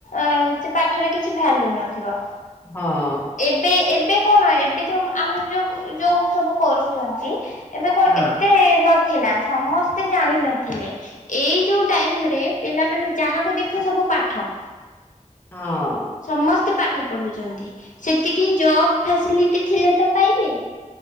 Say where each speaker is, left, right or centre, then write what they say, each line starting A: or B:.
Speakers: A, on the left; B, on the left.
A: ଅଁ ସେ ପାଠରେ କିଛି ଭ୍ୟାଲୁ ନଥିବ।
B: ହଁଅଁ।
A: ଏବେ ଏବେ କଣ ଏବେ ଯୋଉ ଆମେ ଯୋଉ ଯୋଉ ସବୁ କରୋଉଛନ୍ତି। ଏବେ କଁ
B: ହଁ
A: ଏତେ ନଥିଲା ସମସ୍ତେ ଜାଣିନଥିଲେ। ଏଇ ଯୋଉ ଟାଇମ୍ ରେ ପିଲାମାନେ ଯାହାକୁ ଦେଖ ସବୁ ପାଠ।
B: ହଁ।
A: ସମସ୍ତେ ପାଠ ପଢୁଚନ୍ତି ସେତିକି ଜବ୍ ଫ୍ୟାସିଲିଟି ଥିଲେ ତ ପାଇବେ।